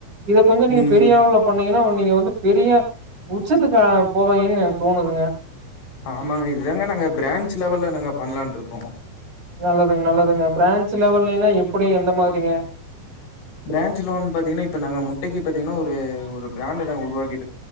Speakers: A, on the right; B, on the left.
A: இதை கொஞ்ச நீங்க
B: ம்
A: பெரிய அளவுல பண்ணீங்கன்னா நீங் ங்க வந்து பெரிய உச்சத்துக்கா போவாங்கன்னு தோணுதுங்க
B: ஆமாங்க இதுதாங்க நாங்க பிரான்ஞ்சு லெவல்ல நாங்க பண்ணலான்ருக்கோ
A: நல்லதாங் நல்லதுங்க பிரான்ச் லெவல்லிலா எப்படி எந்த மாரிங்க
B: பிரான்ச் லோன் பாத்தீங்கன்னா இப்ப நாங்க முட்டைக்கு பாத்தீங்கன்னா ஒரு ஒரு பிராண்ட நாங்க உருவாக்கி